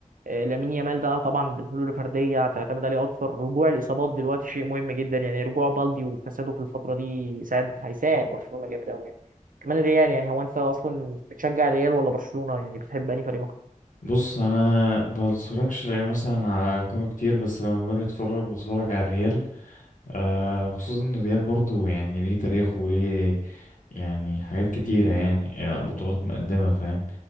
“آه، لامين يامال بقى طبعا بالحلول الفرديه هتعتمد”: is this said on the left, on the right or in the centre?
Right